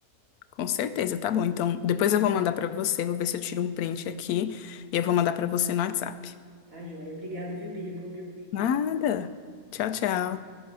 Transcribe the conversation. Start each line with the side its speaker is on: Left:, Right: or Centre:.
Left: com certeza, tá bom. Então, depois eu vou mandar para você, vou ver se eu tiro um print aqui e eu vou mandar para você no WhatsApp.
Right: tá joia? Obrigada, viu, Bia, por me ouvir.
Left: Nada. Tchau, tchau.